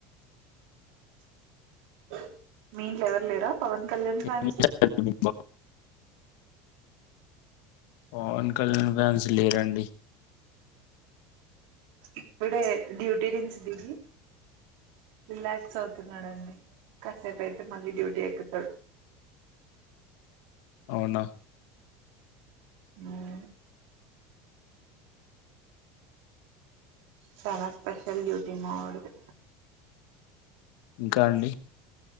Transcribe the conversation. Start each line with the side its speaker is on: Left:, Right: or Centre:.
Right: <inaudible> మీ ఇంట్లో ఎవరు లేరా పవన్ కళ్యాణ్ ఫ్యాన్స్
Left: ఏం చేశారండి మీకు పవన్ కల్యాణ్ ఫ్యాన్స్ లేరండి.
Right: ఇప్పుడే డ్యూటీ నుంచి దిగి రిలాక్స్ అవుతున్నాడండి కాసేపు అయితే మళ్ళీ డ్యూటీ ఎక్కుతాడు.
Left: అవునా
Right: ఉమ్మ్ చాలా స్పెషల్ డ్యూటీ మా వాడిది.
Left: ఇంకా అండి